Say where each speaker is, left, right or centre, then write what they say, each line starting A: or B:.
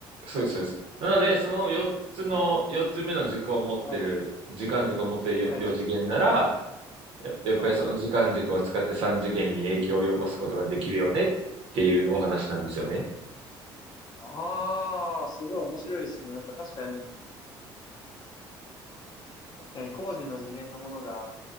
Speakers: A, on the right; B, on the left.
A: そうです、そうです。なので、その4つの、
B: ああ、
A: 4つ目の軸を持ってる、
B: はい、
A: 時間軸を持ってる4次元なら、
B: はい、時間。
A: ややっぱりその時間軸を使って3次元に影響を及ぼすことができるよねっていうお話なんですよね。
B: はい。ああ、すごい面白いですね。なんか確かに、確かに工事の次元のものが、